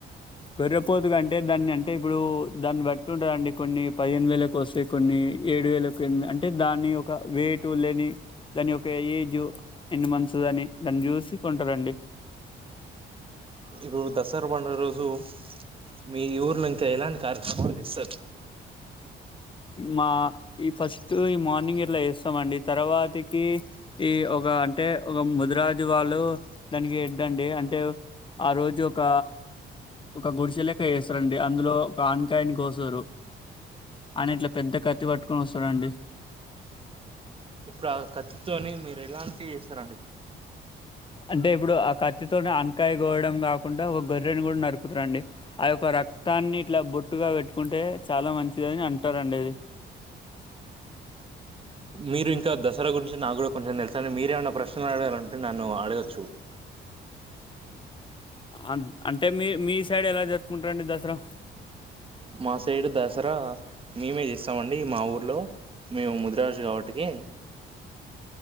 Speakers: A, on the left; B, on the right.
A: గొర్రపోతు అంటే దాన్ని అంటే ఇప్పుడు దాన్ని బట్టి ఉంటాదేన్ డి కొన్ని పదిహేను వేలకు వస్తే కొన్ని ఏడు వేలకు ఎ అంటే దాన్ని ఒక వయిటు లేని దాని య ఒక ఏజ్ ఎన్ని మంత్స్ ఆన్ని దాన్ని చూసి కొంటారండి
B: ఇప్పుడు దసరా పండుగా రోజు మీ ఊర్లో ఇంకా ఎలాంటి కార్యక్రమాలు చేస్తారు
A: మా ఈ ఫస్ట్ ఈ మార్నింగ్ ఇట్లా చేస్తాం అండి తర్వాతికి ఈ ఒక అంటే ఒక ముదురాజు వాళ్ళు దానికి ఇద్దండి అంటే ఆహ్ రోజు ఒక ఒక గుడిసెలెక్క వేస్తారండి అందులో ఒక ఆన్కాయని కోస్తారు అయినా ఇట్లా పెద్ద కత్తి పట్టుకొని వస్తాడండి
B: ఇప్పుడు ఆహ్ కత్తి తోని మీరు ఎలాంటివి చేస్తారండి
A: అంటే ఇప్పుడు ఆహ్ కత్తితోనే ఆన్ కాయ గోవడం కాకుండా ఒ గొర్రెని కూడా నరుక్ కు తరండి ఆ యొక్క రక్తాన్ని ఇట్లా బొట్టుగా పెట్టుకుంటే చాలా మంచిది అని అంటారండి అది
B: మీరు ఇంకా దసరా గురించి నాకు కూడా కొంచెం తెలుసండి మీరేమైనా ప్రశ్నలు అడగాలంటే నన్ను అడగొచ్చు
A: అ అంటే మీ మీ స్ సైడ్ ఎలా జరుపుకుంటరండి దసరా
B: మా సైడ్ దసరా మేమే చేస్తామండి మా ఊర్లో మేము ముదురాజు కాబట్టికి